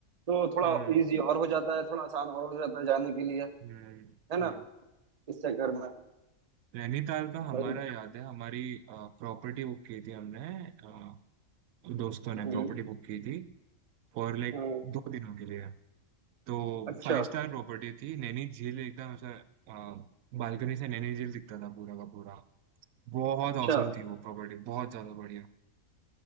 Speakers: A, on the right; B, on the right.
A: तो थोड़ा
B: हम्म
A: इजी और हो जाता है थोड़ा आसान और हो जाता है जाने के लिए
B: हम्म
A: है ना
B: हम्म
A: इस चक्कर में
B: नैनीताल का हमारा
A: थोड़ा दिक्कत-
B: याद है हमारी प्रॉपर्टी बुक की थी हमने अ, दोस्तों ने
A: हम्म
B: प्रॉपर्टी बुक की थी फॉर लाइक
A: हम्म,
B: दो दिनों के लिए तो
A: अच्छा
B: फाइव स्टार प्रॉपर्टी थी नैनी झील एकदम ऐसा बालकनी से नैनी झील दिखता था पूरा का पूरा बहुत
A: अच्छा
B: औसम थी वो प्रॉपर्टी बहुत ज्यादा बढ़िया